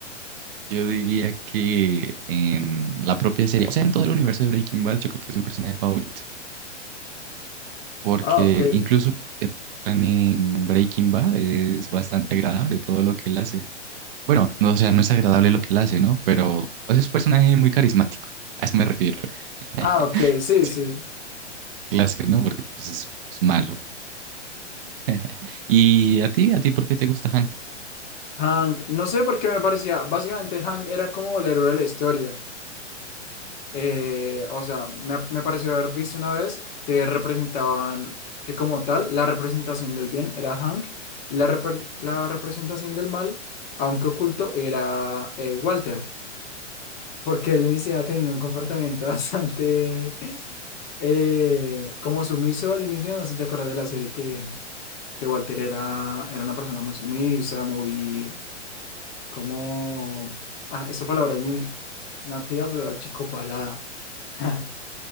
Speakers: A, on the right; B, on the left.
A: yo diría que en la propia serie, o sea, en todo el universo de Breaking Bad, yo creo que es mi personaje favorito, porque
B: Ah, ok.
A: incluso lo que muestran en Breaking Bad es bastante agradable todo lo que él hace. Bueno, no, o sea, no es agradable lo que él hace, ¿no? Pero o es un personaje muy carismático, a eso me refiero. <laughs>
B: Ah, ok, sí,
A: Sí.
B: sí.
A: Clase, ¿no? Porque pues, es, es malo. <laughs> ¿Y a ti? ¿A ti por qué te gusta Han?
B: Hank, no sé por qué me parecía, básicamente Hank era como el héroe de la historia. Eh, o sea, me, me pareció haber visto una vez que representaban, que como tal, la representación del bien era Hank y la, repre- la representación del mal, aunque oculto, era eh, Walter, porque él iniciaba teniendo un comportamiento <laughs> bastante eh, como sumiso al inicio, no sé si te acuerdas de la serie que, que Walter era, era una persona muy sumisa, muy... Como, ah, esa palabra es muy nativa, pero achicopalada. <laughs>